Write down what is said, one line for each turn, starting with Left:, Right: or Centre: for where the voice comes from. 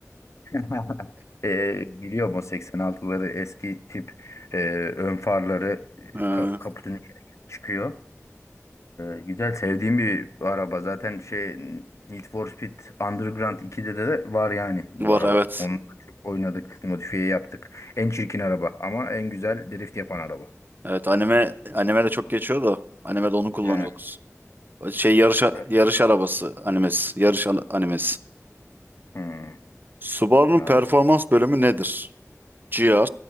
Left: <laughs> E, biliyorum o 86'ları eski tip e, ön farları e, ka-
Right: Ha,
Left: kaputun içine çıkıyor. E, güzel sevdiğim bir araba. Zaten şey Need for Speed Underground 2'de de de var yani bu
Right: var
Left: araba.
Right: evet.
Left: Onunla çok oynadık, modifiye yaptık. En çirkin araba ama en güzel drift yapan araba.
Right: Evet anime anime de çok geçiyor da animede onu kullanıyoruz.
Left: He.
Right: Şey yarış
Left: evet.
Right: yarış arabası animesi. Yarış an- animesi.
Left: Hmm,
Right: Subaru'nun
Left: anladım.
Right: performans bölümü nedir? GR,